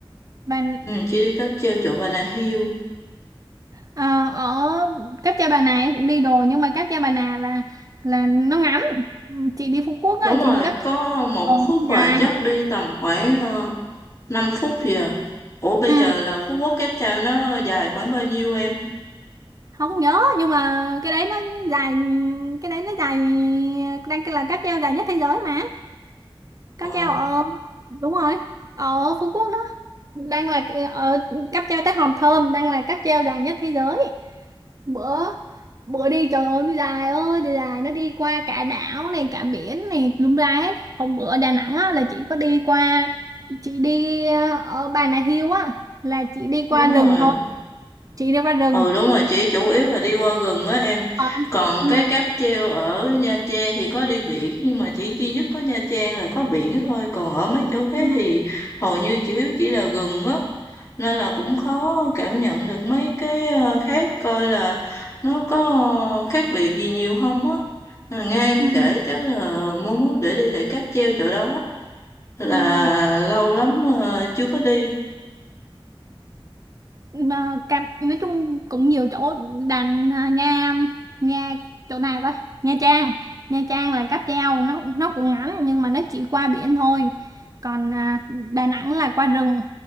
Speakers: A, on the right; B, on the left.
A: Đà,
B: ừ, chị đi cáp treo chỗ Bà Nà Hill
A: Ờ, ở cáp treo Bà Nà em cũng đi đồ nhưng mà cáp treo Bà Nà là là nó ngắn Ừ, chị đi Phú Quốc
B: đúng
A: á
B: rồi
A: chị đi cáp
B: có
A: treo
B: một
A: nó
B: khúc
A: dài
B: mà chắc đi tầm khoảng uh, 5 phút gì à ủa bây
A: ừ,
B: giờ là Phú Quốc Cáp Treo nó dài khoảng bao nhiêu em
A: không nhớ nhưng mà cái đấy nó dài cái đấy nó dài đang là cáp treo dài nhất thế giới mà cáp
B: ờ
A: treo ờ đúng rồi ở Phú Quốc đó đang là ở cáp treo tới Hòn Thơm đang là cáp treo dài nhất thế giới bữa bữa đi trời ơi nó dài ơi đi dài nó đi qua cả đảo này cả biển này lung la hết hôm bữa Đà Nẵng á, là chị có đi qua chị đi ờ, ở Bà Nà Hills á là chị đi
B: đúng
A: qua
B: rồi
A: rừng thôi chị đi qua rừng
B: Ừ đúng rồi chỉ chủ yếu là đi qua rừng á em
A: Ờ,
B: Còn
A: ừ,
B: cái cáp treo ở Nha Trang thì có đi biển Nhưng mà chỉ duy nhất có Nha Trang là có biển thôi Còn ở mấy chỗ khác
A: ừ,
B: thì hầu như chỉ chỉ là rừng á Nên là cũng khó cảm nhận được mấy cái ờ, khác Coi là nó có ờ, khác biệt gì nhiều không á Mà Nghe em
A: ừ,
B: kể
A: ừ.
B: chắc là mốt mốt để đi lại cáp treo chỗ đó Là
A: ừ.
B: lâu lắm ờ, chưa có đi
A: mà cam nói chung cũng nhiều chỗ đành à, nha nha chỗ nào ta Nha Trang Nha Trang là cáp treo nó nó cũng ngắn nhưng mà nó chỉ qua biển thôi còn à, Đà Nẵng là qua rừng